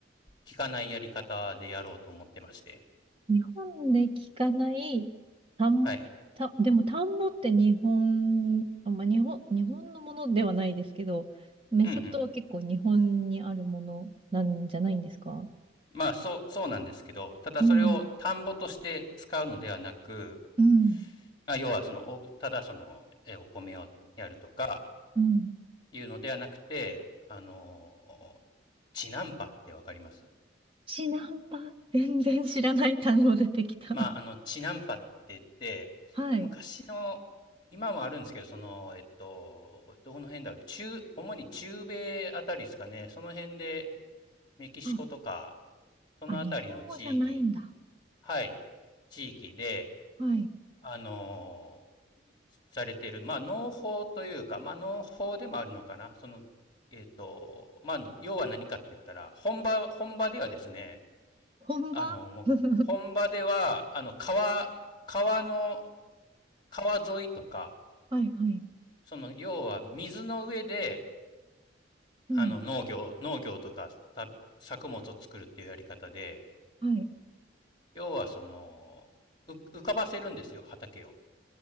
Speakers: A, on the left; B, on the right.
A: 効かないやり方でやろうと思ってまして。
B: 日本で聞かない単、
A: はい。
B: 田た、でも田んぼって日本、あ、まあ、日本、日本のものではないですけど、メソッドは結構日本にあるものなんじゃないんですか
A: うんうん。まあ、そう、そうなんですけど、ただそれを田んぼとして使うのではなく、
B: うん、うん、
A: まあ要はその、ただその、えお米をやるとか、
B: うん。
A: いうのではなくて、あのー、チナンパってわかります
B: シナンパ、全然知らない単語出てきた。
A: まあ、あの、チナンパって言って、
B: <laughs> はい。
A: 昔の、今もあるんですけど、その、えっと、どこの辺だろう、中、主に中米あたりですかね、その辺でメキシコとか、
B: あ、
A: そのあたりの地域、
B: あ日本語じゃないんだ。
A: はい、地域で、
B: はい。
A: あのーされてる、まあ、農法というか、まあ、農法でもあるのかな。その、えっ、ーと、まあ、要は何かって言ったら、本場、本場ではですね、
B: 本場
A: あの、もう、
B: <laughs>
A: 本場では、あの、川、川の、川沿いとか、
B: はいはい。
A: その、要は水の上で、
B: うん。
A: あの、農業、農業とか、作物を作るっていうやり方で、
B: はい。
A: 要はその、浮かばせるんですよ、畑を。